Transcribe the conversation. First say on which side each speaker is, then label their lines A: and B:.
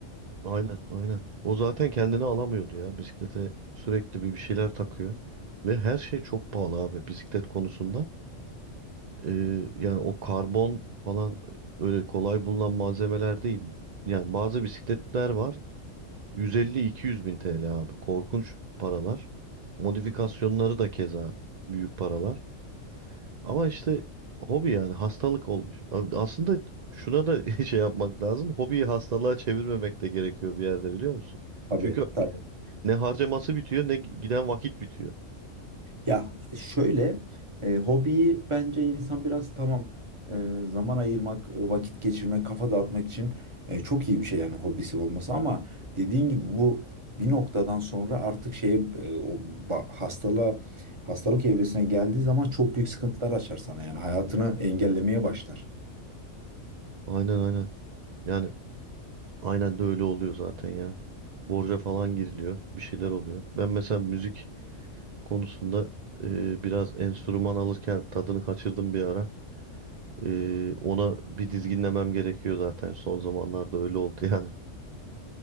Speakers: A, on the right; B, on the right.
A: Aynen, aynen. O zaten kendini alamıyordu ya. Bisiklete sürekli bir bir şeyler takıyor. Ve her şey çok pahalı abi bisiklet konusunda. Ee, yani o karbon falan e, öyle kolay bulunan malzemeler değil. Yani bazı bisikletler var. 150-200 bin TL abi. Korkunç paralar. Modifikasyonları da keza büyük paralar. Ama işte hobi yani hastalık olmuş. Abi Aslında şuna da <laughs> şey yapmak lazım. Hobiyi hastalığa çevirmemek de gerekiyor bir yerde biliyor musun?
B: Tabii
A: Çünkü
B: tabii.
A: ne harcaması bitiyor ne giden vakit bitiyor.
B: Ya e, şöyle e, hobiyi bence insan biraz tamam e, zaman ayırmak, e, vakit geçirmek, kafa dağıtmak için e, çok iyi bir şey yani hobisi olması ama dediğin gibi bu bir noktadan sonra artık şeye e, o ba- hastalığa hastalık evresine geldiği zaman çok büyük sıkıntılar açar sana yani hayatını engellemeye başlar.
A: Aynen aynen. Yani aynen de öyle oluyor zaten ya. Borca falan giriliyor. Bir şeyler oluyor. Ben mesela müzik konusunda e, biraz enstrüman alırken tadını kaçırdım bir ara. E, ona bir dizginlemem gerekiyor zaten. Son zamanlarda öyle oldu yani.